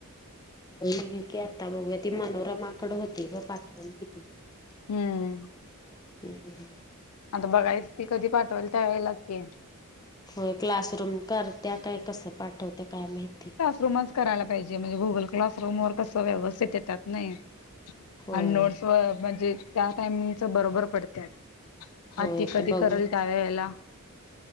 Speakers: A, on the left (about 15°); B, on the left (about 75°).
A: हो की आता बघू ती मनोरमाकड होती ग पाठवण ती
B: हम्म
A: हम्
B: आता बघायच ती कधी पाठवाल त्यावेेळेलाच घे
A: होय क्लासरूम कर त्या काय कसं पाठवत्या काय माहिती
B: रूमच करायला पाहिजे म्हणजे गुगल क्लास रूम वर कस व्यवस्थित येतात नाही
A: होय
B: आणि नोट्स व म्हणजे त्या टाइमिंगच बरोबर पडत
A: होय
B: आ ति कधी
A: तर बघू
B: करल त्यावे्या याला